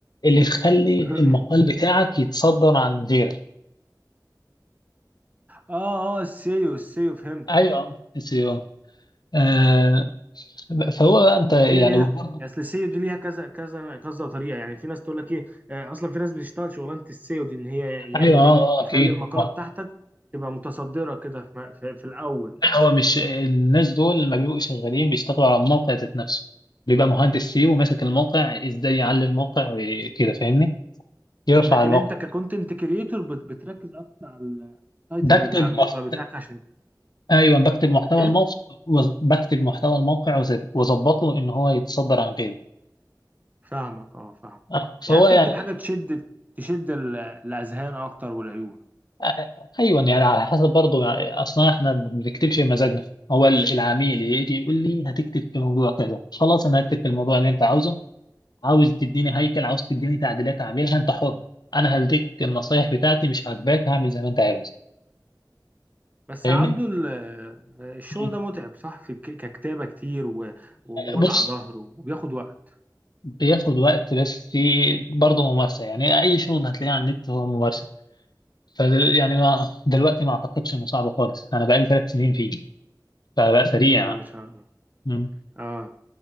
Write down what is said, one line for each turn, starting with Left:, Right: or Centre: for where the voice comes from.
Left: اللي يخلي
Right: <clears throat>
Left: المقال بتاعك يتصدر عن غيرك
Right: اه اه السيو السيو فهمتك
Left: أيوه السيو آه فهو بقى انت
Right: اصل
Left: يعني
Right: هي ليها
Left: برضه
Right: اصل السيو دي ليها كذا كذا كذا طريقه يعني في ناس تقول لك ايه آه، اصلا في ناس بتشتغل شغلانه السيو دي ان هي يعمل
Left: ايوه اه
Right: ايه
Left: اه
Right: يخلي
Left: اكيد
Right: المقاله
Left: ما-
Right: بتاعتك تبقى متصدره كده في, في, في الاول
Left: لا هو مش الناس دول لما بيبقوا شغالين بيشتغلوا على الموقع ذات نفسه بيبقى مهندس سي وماسك الموقع ازاي يعلي الموقع وكده فاهمني يرفع
Right: لكن
Left: الموقع
Right: انت ككونتنت كريتور بتركز اكتر على التايتل
Left: بكتب
Right: بتاع الموضوع
Left: محت...
Right: بتاعك عشان
Left: ايوه بكتب محتوى
Right: ايه
Left: الموقع وز- بكتب محتوى الموقع وز- واظبطه ان هو يتصدر عن غيره
Right: فاهمك اه فاهم
Left: آه، فهو
Right: يعني بتكتب
Left: يعني
Right: حاجه تشد تشد ال- الاذهان اكتر والعيون
Left: آه، ايوه يعني على حسب برضه يعني اصلا احنا ما بنكتبش بمزاجنا هو ال- العميل يجي يقول لي هتكتب في موضوع كذا خلاص انا هكتب في الموضوع اللي انت عاوزه عاوز تديني هيكل عاوز تديني تعديلات اعملها انت حر انا هديك النصايح بتاعتي مش عاجباك هعمل زي ما انت عاوز
Right: بس
Left: فاهمني
Right: يا عبدو ال- آه، الشغل
Left: مم.
Right: ده متعب صح في ك- ككتابه كتير و- ووجع
Left: بص
Right: ظهر وبياخد وقت
Left: بياخد وقت بس برضه ممارسة يعني أي شغل هتلاقيه على النت هو ممارسة ف يعني ما دلوقتي ما أعتقدش إنه صعب خالص أنا بقالي ثلاث سنين فيه فبقى سريع
Right: بسم الله ما شاء الله
Left: مم.
Right: اه